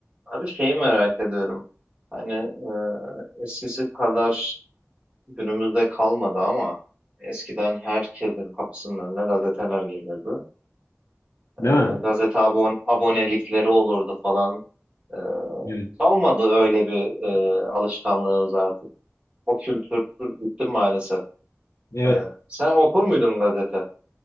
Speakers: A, on the right (about 25°); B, on the left (about 80°).
A: Abi şeyi merak ediyorum. Hani e, eskisi kadar günümüzde kalmadı ama eskiden herkesin kapısının önüne gazeteler gelirdi.
B: Değil
A: E,
B: mi?
A: gazete abon abonelikleri olurdu falan. E,
B: Evet.
A: kalmadı öyle bir e, alışkanlığımız artık. O kültür bitti maalesef.
B: Evet.
A: E, sen okur muydun gazete?